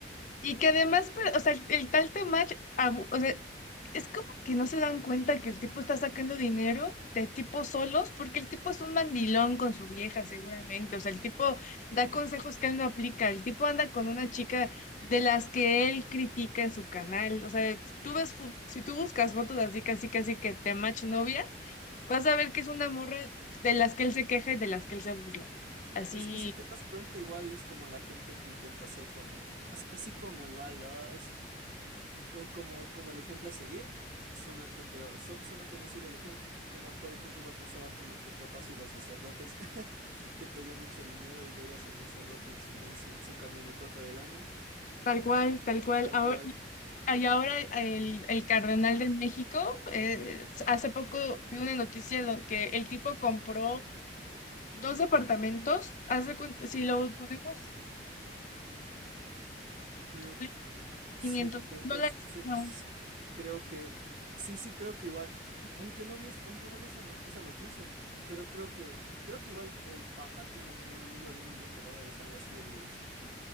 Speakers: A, on the left; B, on the right.
A: Y que además, pero, o sea, el, el tal Temach, abu- o sea, es como que no se dan cuenta que el tipo está sacando dinero de tipos solos, porque el tipo es un mandilón con su vieja, seguramente. O sea, el tipo da consejos
B: Ujú.
A: que él no aplica. El tipo anda con una chica de las que él critica en su canal. O sea, si tú ves, fu- si tú buscas fotos así, casi, casi que Temach novia, vas a ver que es una morra de las que él se queja y de las que él se burla. Así,
B: Es que si te das cuenta, igual es como la gente que intenta hacer como, as- así como igual los co- como, como el ejemplo a seguir, son los que peor, son, son los que no siguen el ejemplo. Como por ejemplo, igual pasaba con nuestros papás y los sacerdotes, <laughs> que pedían mucho dinero y veías al sacerdote en su, en su, en su camionetota del año,
A: tal cual, tal cual.
B: tal
A: Ahora.
B: cual.
A: Y ahora el, el cardenal de México, eh, hace poco vi una noticia do- que el tipo compró dos departamentos, hace, cuen- si lo ponemos,
B: Eh,
A: en
B: sí,
A: quinientos mil
B: entonces
A: dólares. No.
B: creo que, sí, sí, creo que igual, <clears throat> aunque no vi, es- aunque no vi esa, no- esa noticia, pero creo que, creo que igual el Papa tiene como un anillo de un millón de dólares, algo así había visto.